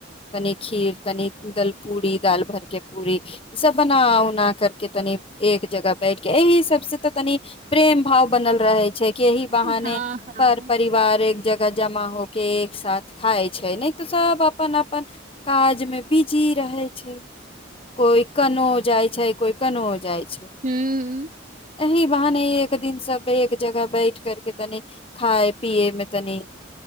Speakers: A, on the left (about 30°); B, on the right (about 45°).
A: तनि खीर तनी दल पूरी दाल भर के पूरी ई सब बना उना करके तनि एक जगह बैठ के एहि सब से त तनि प्रेम भाव बनल रहे छै एही बहाने
B: हँ हँ
A: पर परिवार एक जगह जमा हो के एक सााथ खााय छै ने तऽ सब अपन अपन काज मे बिजी रहे छै कोई कोनो जाय छै कोइ कोनो जाय छै
B: हूँ
A: एहि वहाँने एक दिन सबे जगह बैठ कर के तनि खाय पिये में तनी